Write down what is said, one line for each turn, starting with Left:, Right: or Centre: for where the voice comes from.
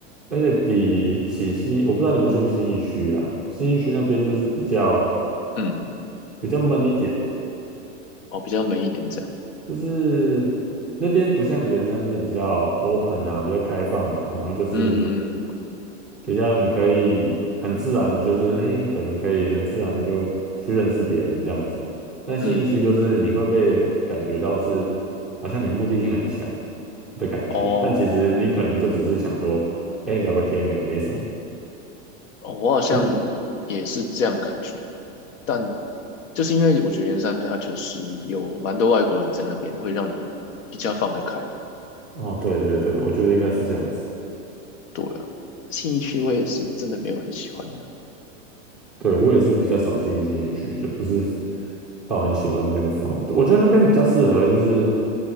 Centre: 而且比起新，我不知道你们去过新义区啦，新义区那边就是比较
Left: 嗯，
Centre: 比较闷一点。
Left: 哦，比较闷一点这样，
Centre: 就是那边不像圆山，就是比较 open 啊，比较开放啊，然后就是
Left: 嗯
Centre: 比较你可以很自然的，就是哎，诶可能可以很自然地就去认识别人这样子。但信义区就是你会被感觉到是
Left: 嗯，
Centre: 好像你目的性很强的感觉，
Left: 哦。
Centre: 但其实你可能就只是想说，哎，聊个天而已，没什么。
Left: 哦，我好像也是这样感觉，
Centre: 就是
Left: 但就是因为我觉得圆山它就是有蛮多外国人在那边，会让你比较放得开。
Centre: 哦，对对对，我觉得应该是这样子。
Left: 对啊，信义区我也是真的没有很喜欢的。
Centre: 对，我也是比较少去新一区，就不是到很喜欢那边的风。我觉得那边比较适合就是